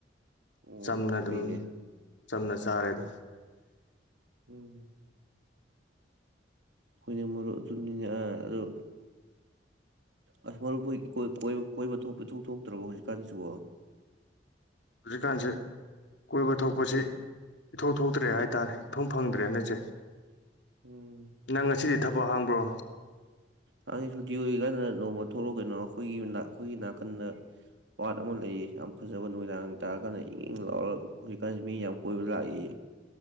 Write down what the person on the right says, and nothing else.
ꯑꯣ
ꯐꯩꯅꯦ꯫
ꯎꯝ꯫ ꯍꯣꯏꯅꯦ ꯃꯔꯨꯞ ꯑꯗꯨꯅꯤꯅꯦ ꯑ ꯑꯗꯨ ꯑꯁ ꯃꯔꯨꯨꯞ ꯍꯣꯏ ꯢꯀꯣꯏ ꯀꯣꯏꯕ ꯀꯣꯏꯕ ꯊꯣꯛꯄ ꯏꯊꯣꯛ ꯊꯣꯛꯇ꯭ꯔꯕꯣ ꯍꯨꯖꯤꯛꯀꯥꯟꯁꯤꯕꯣ?
ꯎꯝ
ꯑꯗꯨꯅꯦ ꯁꯨꯇꯤ ꯑꯣꯏꯔꯤ ꯀꯥꯟꯗꯅ ꯅꯣꯡꯃ ꯊꯣꯛꯂꯛꯑꯣ ꯀꯩꯅꯣ ꯑꯈꯣꯏꯒꯤ ꯃꯅꯥꯛ ꯑꯈꯣꯏꯒꯤ ꯅꯥꯀꯟꯗ ꯄꯥꯠ ꯑꯃ ꯂꯩꯌꯦ ꯌꯥꯝ ꯐꯖꯕ ꯅꯨꯃꯤꯗꯥꯡ ꯇꯥꯔ ꯀꯥꯟꯗ ꯏꯪ ꯏꯪ ꯂꯥꯎꯔ ꯍꯨꯖꯤꯛꯀꯥꯟꯖꯦ ꯃꯤ ꯌꯥꯝ ꯀꯣꯏꯕ ꯂꯥꯛꯏꯌꯦ꯫